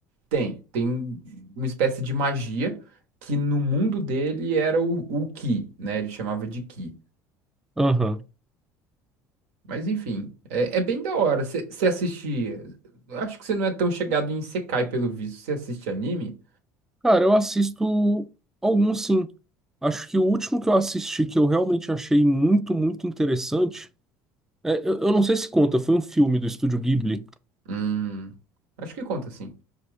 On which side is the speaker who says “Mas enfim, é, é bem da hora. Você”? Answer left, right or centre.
Right